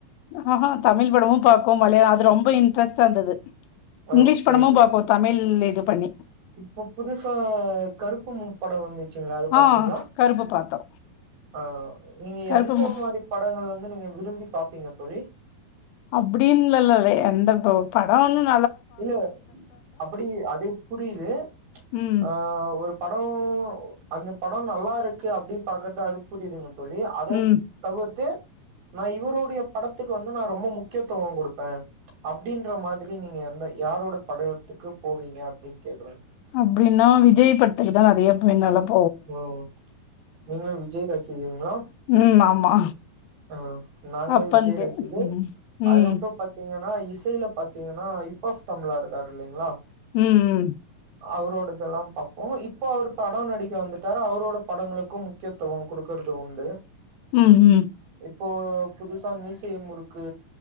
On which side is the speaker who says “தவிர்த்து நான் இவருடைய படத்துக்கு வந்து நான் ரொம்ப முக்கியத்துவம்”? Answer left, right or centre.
Right